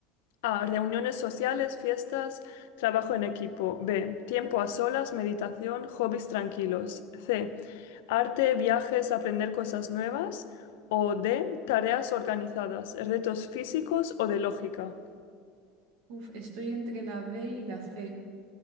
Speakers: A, on the left; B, on the right.
A: A. Reuniones sociales, fiestas, trabajo en equipo. B. Tiempo a solas, meditación, hobbies tranquilos. C. Arte, viajes, aprender cosas nuevas. O D. Tareas organizadas, retos físicos o de lógica.
B: Uf, estoy entre la B y la C,